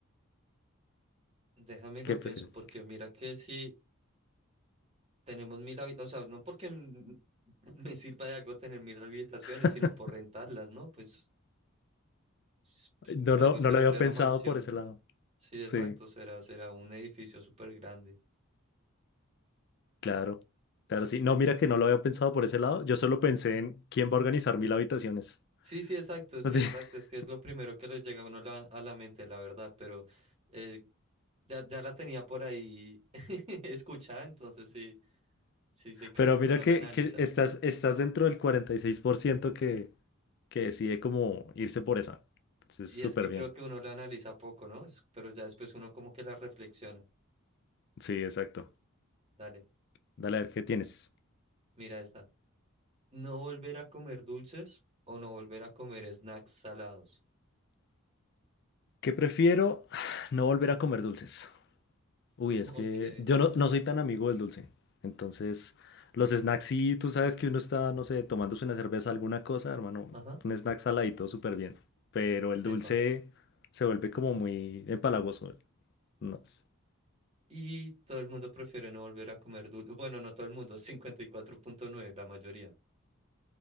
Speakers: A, on the right (about 30°); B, on the left (about 50°).
A: Déjame lo
B: ¿Qué prefieres?
A: pienso porque mira que si tenemos mil habitaciones, o sea, no porque m- <laughs> me sirva de algo tener mil habitaciones,
B: <laughs>
A: sino por rentarlas, ¿no? Pues, s- pues,
B: No,
A: por
B: no,
A: algo
B: no
A: será,
B: lo había
A: será
B: pensado
A: mansión.
B: por ese lado.
A: Sí,
B: Sí,
A: exacto, será, será un edificio súper grande.
B: claro. Claro, sí. No, mira que no lo había pensado por ese lado. Yo solo pensé en quién va a organizar mil habitaciones.
A: Sí, sí, exacto, sí,
B: <laughs>
A: exacto. Es que es lo primero que les llega a uno la- a la mente, la verdad, pero eh, ya, ya la tenía por ahí <laughs> escuchada, entonces sí, sí, sí, como
B: Pero mira
A: que uno
B: que,
A: la analiza.
B: que estás, estás dentro del 46% que, que decide como irse por esa. Entonces,
A: Y
B: súper
A: es que
B: bien.
A: creo que uno la analiza poco, ¿no? Es- Pero ya después uno como que la reflexiona.
B: Sí, exacto.
A: Dale,
B: Dale a ver qué tienes.
A: mira esta. No volver a comer dulces o no volver a comer snacks salados.
B: ¿Qué prefiero? <sighs> No volver a comer dulces. Uy,
A: <laughs>
B: es que yo
A: Ok,
B: no, no soy tan amigo del dulce. Entonces, los snacks, sí, tú sabes que uno está, no sé, tomándose una cerveza, alguna cosa, hermano.
A: ajá,
B: Un snack saladito, súper bien. Pero el
A: epa.
B: dulce se vuelve como muy empalagoso. No sé.
A: Y todo el mundo prefiere no volver a comer dulces. Bueno, no todo el mundo, cincuenta y cuatro punto nueve, la mayoría.